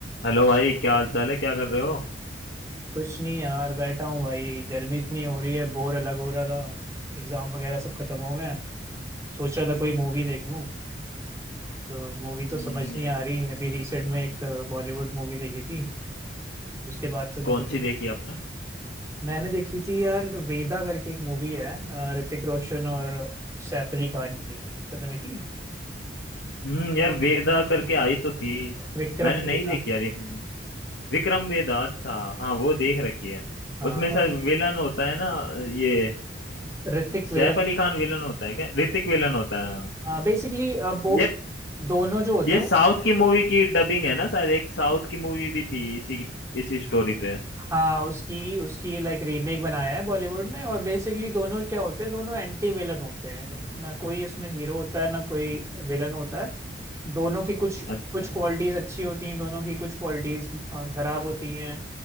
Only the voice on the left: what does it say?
Hello भाई क्या हाल चाल है क्या कर रहे हो
हम्म,
कौन
सी देखी आपने
हम्म यार वेदा करके आई तो थी
मैंने नहीं
देखी यार ये मूवी विक्रम वेदा अच्छा हाँ वो देख रखी है
उसमें शायद विलन होता है ना ये
सैफ
अली खान विलन होता है क्या ऋतिक विलन होता है हाँ।
ये
ये
साउथ
की मूवी की डबिंग है ना शायद एक साउथ की मूवी भी थी इसी इसी स्टोरी पे
अच्छा